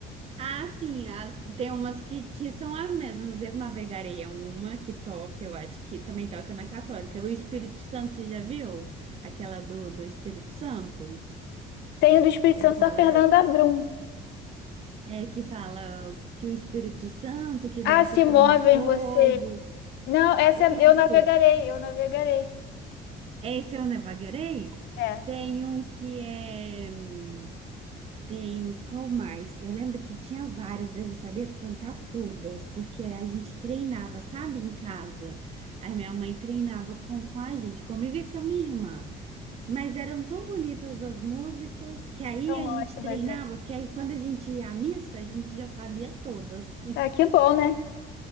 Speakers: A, on the right (about 35°); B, on the left (about 75°).
A: Ah, sim, as- tem umas que, que são as mesmas. Eu navegarei é uma que toca, eu acho que também toca na Católica. O Espírito Santo, você já viu? Aquela do, do Espírito Santo?
B: Tem o do Espírito
A: Ele
B: Santo
A: fala.
B: da Fernanda Brum.
A: É que fala que o Espírito Santo que
B: Ah,
A: desce
B: se
A: como
B: move
A: fogo.
B: em você. Não, essa é-
A: Isso.
B: eu navegarei, eu navegarei.
A: Esse eu não vagueirei.
B: É,
A: Tem um que é. hum, Tem qual mais? Eu lembro que tinha várias, eu não sabia cantar todas, porque a gente treinava, sabe, em casa. Aí minha mãe treinava com, com a gente, comigo e com a minha irmã. Mas eram tão bonitas as músicas que aí
B: tão
A: a
B: ótima,
A: gente treinava,
B: gente.
A: porque aí quando a gente ia à missa, a gente já sabia todas.
B: Ah, que bom, né?